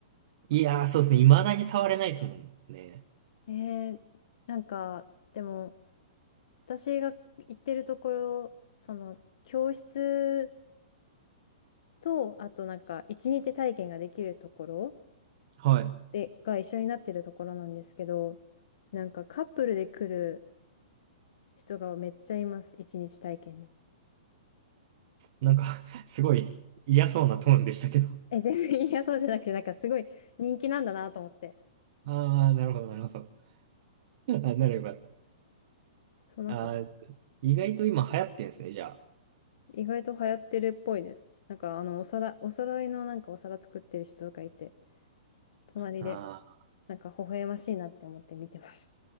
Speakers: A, on the right (about 55°); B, on the left (about 65°).
A: いやー、そうですね。未だに触れないですもんね。
B: <laughs> えー、なんか、でも、私が行ってるところ、その、教室と、あとなんか、一日体験ができるところ、
A: はい。
B: で、が一緒になってるところなんですけど、なんかカップルで来る人がめっちゃいます。一日体験に。
A: なんか <laughs> すごい嫌そうなトーンでしたけど
B: え、全然嫌そうじゃなくて、なんかすごい人気なんだなと思って。
A: ああ、なるほど、なるほど。<laughs> あ、ならよかった。
B: そう、なんか
A: あー、意外と今流行ってんですね、じゃ
B: 意外と流行ってるっぽいです。なんかあの、お皿、お揃いのなんかお皿作ってる人とかいて、隣で
A: あ。あ
B: なんか微笑ましいなって思って見てます。